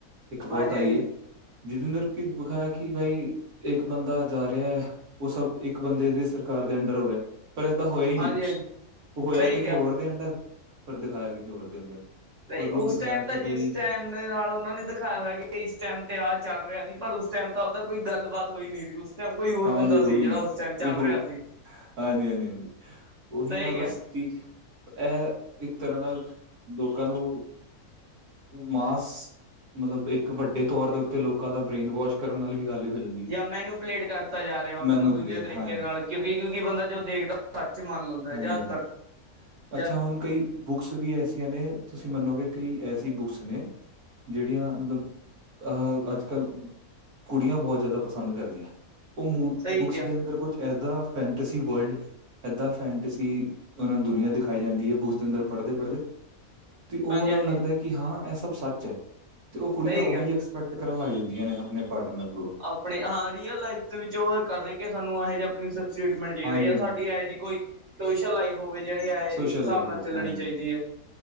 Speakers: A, on the right; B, on the right.
A: ਇੱਕ ਬਹੁਤ
B: ਹਾਂਜੀ
A: ਆਈ
B: ਹਾਂਜੀ
A: ਏ। ਜਿਦੇ ਅੰਦਰ ਕਿ ਦਿਖਾਇਆ ਕਿ ਬਾਈ ਇੱਕ ਬੰਦਾ ਜਾ ਰਿਹੈ। ਉਹ ਸਭ ਇੱਕ ਬੰਦੇ ਦੇ ਸਰਕਾਰ ਦੇ ਅੰਡਰ ਹੋ ਰਿਹੈ। ਪਰ ਇੱਦਾ ਹੋਇਆ ਹੀ ਨਹੀਂ
B: ਹਾਂਜੀ ਹਾਂਜੀ
A: ਉਹ ਹੋਇਆ
B: ਸਹੀ
A: ਕਿਤੇ
B: ਕਿਹਾ
A: ਹੋਰ ਦੇ ਅੰਡਰ ਪਰ ਦਿਖਾਇਆ ਕਿਤੇ ਹੋਰ
B: ਤੇ
A: ਉਹਨੂੰ
B: ਉਸ
A: ਦਿਖਾਇਆ
B: ਟੈਮ ਤਾਂ
A: ਕਿ ਭਾਈ
B: ਜਿਸ ਟੈਮ 'ਤੇ ਨਾਲ ਉਹਨਾਂ ਨੇ ਦਿਖਾਇਆ ਹੋਇਆ ਕਿ ਇਸ ਟੈਮ ਤੇ ਆਹ ਚੱਲ ਰਿਹਾ ਸੀ ਪਰ ਉਸ ਟੈਮ ਤਾਂ ਉਹ ਤਾਂ ਕੋਈ ਗੱਲਬਾਤ ਹੋਈ ਨਹੀ ਸੀ। ਉਸ ਟੈਮ ਕੋਈ ਹੋਰ
A: ਹਾਂਜੀ
B: ਬੰਦਾ
A: ਹੋਈ
B: ਸੀ ਜਿਹੜਾ
A: ਨਹੀਂ
B: ਉਸ ਟੈਮ ਚੱਲ
A: ਕੋਈ ਹੋ
B: ਰਿਹਾ ਸੀ।
A: ਹਾਂਜੀ, ਹਾਂਜੀ, ਹਾਂਜੀ। ਉਹੀ
B: ਸਹੀ
A: ਨਾ ਬਸ-
B: ਕਿਹਾ
A: ਕਿ, ਇਹ ਇੱਕ ਤਰ੍ਹਾਂ ਨਾਲ ਲੋਕਾਂ ਨੂੰ- ਮਾਸ ਮਤਲਬ, ਇੱਕ ਵੱਡੇ ਤੌਰ ਦੇ ਉੱਤੇ ਲੋਕਾਂ ਦਾ ਬ੍ਰੇਨ ਵਾਸ਼- ਕਰਨ ਨਾਲ ਵੀ ਗੱਲ ਹੀ ਹੋ ਜਾਂਦੀ ਹੈ।
B: ਯਾ, ਮੈਨੂੰ ਪਲੇਟ ਕਰ- ਕੀਤਾ ਜਾ ਰਿਹਾ। ਉਹਨਾਂ
A: ਮੈਨੂਪਲੇਟ
B: ਨੂੰ ਦੂਜੇ ਤਰੀਕੇ
A: ਹਾਂਜੀ,
B: ਨਾਲ ਕਿਉਂਕਿ, ਕਿਉਂਕਿ ਬੰਦਾ ਜੋ ਦੇਖਦਾ ਸੱਚ ਮੰਨ ਲੈਂਦਾ
A: ਹਾਂਜੀ,
B: ਜ਼ਿਆਦਾਤਰ।
A: ਹਾਂਜੀ।
B: ਹ <inaudible>
A: ਅੱਛਾ। ਹੁਣ ਕਈ ਬੁੱਕਸ ਵੀ ਐਸੀਆਂ ਨੇ, ਤੁਸੀਂ ਮੰਨੋਗੇ ਕਈ ਐਸੀ ਬੁੱਕਸ ਨੇ। ਜਿਹੜੀਆਂ ਮਤਲਬ ਅਹ ਅੱਜ ਕੱਲ੍ਹ ਕੁੜੀਆਂ ਬਹੁਤ ਜ਼ਿਆਦਾ ਪਸੰਦ ਕਰਦੀਆਂ। ਉਹ ਮੁੱਲ
B: ਸਹੀ
A: ਬੁੱਕਸ
B: ਕਿਹਾ
A: ਦੇ ਅੰਦਰ ਕੁਛ- ਏਦਾਂ ਫੈਂਟਸੀ ਵਰਲਡ, ਏਦਾਂ ਫੈਂਟਸੀ ਉਹਨਾਂ ਨੂੰ - ਦੁਨੀਆਂ ਦਿਖਾਈ ਜਾਂਦੀ ਹੈ। ਬੁੱਕਸ ਦੇ ਅੰਦਰ ਪੜ੍ਹਦੇ -ਪੜ੍ਹਦੇ ਤੇ ਉਹ,
B: ਹਾਂਜੀ
A: ਉਹਨਾਂ
B: ਹਾਂਜੀ
A: ਨੂੰ ਲੱਗਦੈ ਕਿ - ਕਿ ਹਾਂ, ਇਹ ਸਭ ਸੱਚ ਹੈ। ਤੇ ਉਹ ਕੁੜੀਆਂ
B: ਸਹੀ
A: ਉਹੀ
B: ਕਿਹਾ
A: ਐਕਸਪੈਕਟ ਕਰਨ ਲੱਗ ਜਾਂਦੀਆਂ ਨੇ, ਆਪਣੇ ਪਾਰਟਨਰ ਵਲੋਂ-
B: ਆਪਣੇ ਹਾਂ, ਰੀਅਲ ਲਾਈਫ ਦੇ ਵਿੱਚੋ ਉਹ ਕਰਦੇ ਕਿ ਸਾਨੂੰ ਇਹੋ ਜਿਹਾ ਪ੍ਰਿੰਸ - ਸੀਟਮੈਂਟ ਚਾਹੀਦੀ
A: ਹਾਂਜੀ-ਹਾਂਜੀ
B: ਐ ਜਾਂ ਸਾਡੀ ਇਹੋ ਜਿਹੀ ਕੋਈ- ਸੋਸ਼ਲ ਲਾਈਫ ਹੋਵੇ, ਜਿਹੜੀ ਹੈ ਇਸ
A: ਸੋਸ਼ਲ
B: ਹਿਸਾਬ
A: ਲਾਈਫ
B: ਨਾਲ
A: ਹੋਵੇ
B: ਚੱਲਣੀ
A: ਹਾਂਜੀ-ਹਾਂਜੀ
B: ਚਾਹੀਦੀ ਏ।